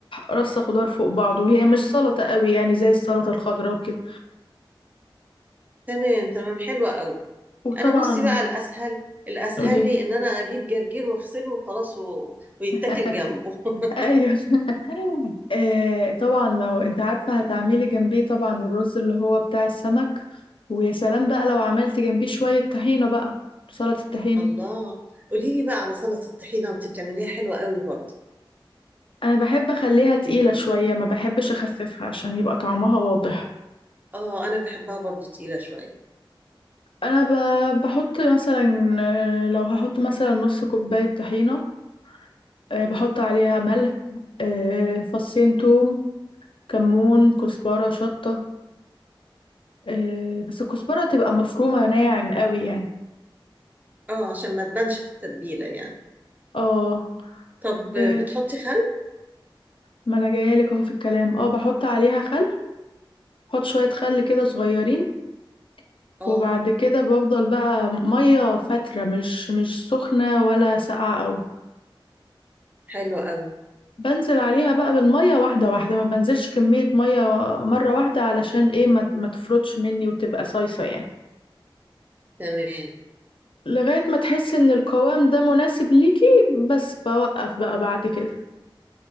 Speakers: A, on the left; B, on the right.
A: رصة خضار فوق بعضه وهي مش سلطة قوي يعني زي السلطة الخضراء وكده
B: تمام تمام حلوة قوي
A: وطبعا
B: انا بصي بقى الاسهل الاسهل
A: قولي
B: لي ان انا اجيب جرجير واغسله وخلاص و... ويتاكل
A: <laughs>
B: جنبه <laughs>
A: ايوه <laughs> آه طبعا لو انت عارفة هتعملي جنبيه طبعا الرز اللي هو بتاع السمك ويا سلام بقى لو عملت جنبيه شوية طحينة بقى سلطة الطحينة
B: الله قولي لي بقى على سلطة الطحينة انت بتعمليها حلوة قوي برضه
A: انا بحب اخليها تقيلة شوية ما بحبش اخففها عشان يبقى طعمها واضح
B: اه انا بحبها برضه تقيلة شوية
A: انا ب- بحط مثلا آه، لو هحط مثلا نص كوباية طحينة آه، بحط عليها ملح آه، فصين توم كمون كزبرة شطة آه، بس الكزبرة تبقى مفرومة ناعم قوي يعني
B: اه عشان ما تبانش في التتبيلة يعني
A: اه
B: طب بتحطي
A: آه،
B: خل
A: ما انا جايلك اهو في الكلام اه بحط عليها خل بحط شوية خل كده صغيرين
B: اه
A: وبعد كده بفضل بقى مية فترة مش مش سخنة ولا ساقعة قوي
B: حلو قوي
A: بنزل عليها بقى بالمية واحدة واحدة ما بنزلش كمية مية مرة واحدة علشان ايه ما, ما تفرطش مني وتبقى صيصة يعني
B: تمام
A: لغاية ما تحس ان القوام ده مناسب ليكي بس بوقف بقى بعد كده